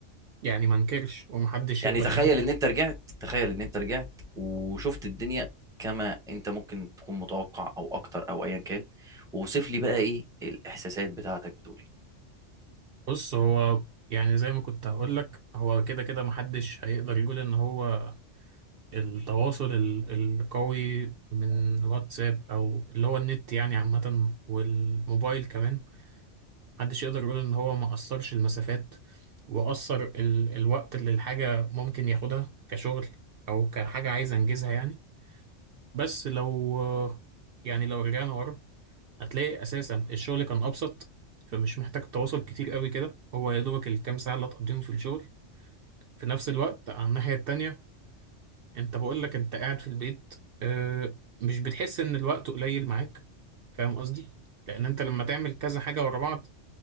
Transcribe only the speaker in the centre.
يعني
تخيل
ان انت رجعت تخيل ان انت رجعت وشفت الدنيا كما انت ممكن تكون متوقع او اكتر او ايا كان ووصف لي بقى ايه الاحساسات بتاعتك بتقولي